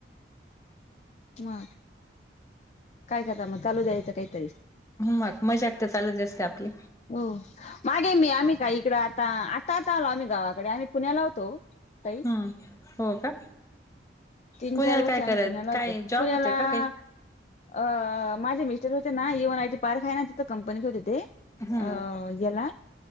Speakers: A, on the left; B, on the left.
A: मग. काय करता मग, चालू द्यायचं काहीतरी.
B: मग मजाक तर चालूच असते, आपली.
A: हो मागे मी आम्ही काही इकड, आता, आता आलो आम्ही गावाकडे, आम्ही पुण्याला होतो. ताई
B: हम्म हो का?
A: तीन
B: पुण्याला
A: चार वर्ष
B: काय
A: आम्ही
B: करत,
A: पुण्याला
B: काय
A: होतो
B: जॉब
A: पुण्याला
B: होते का काही?
A: अ माझे मिस्टर होते ना ईवाना आय टी पार्क आहे ना, तिथं कंपनीत होते ते.
B: हम्म
A: अ याला